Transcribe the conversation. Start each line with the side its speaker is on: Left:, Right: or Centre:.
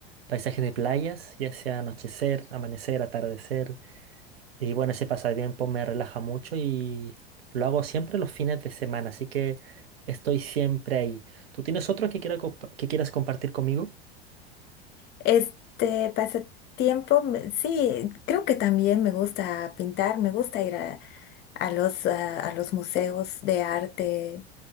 Right: paisajes de playas, ya sea anochecer, amanecer, atardecer. Y bueno, ese pasatiempo me relaja mucho y lo hago siempre los fines de semana, así que estoy siempre ahí. ¿Tú tienes otro que, quiera compa- que quieras compartir conmigo?
Left: Este pasatiempo, me- sí, creo que también me gusta pintar, me gusta ir a, a los, ah, a los museos de arte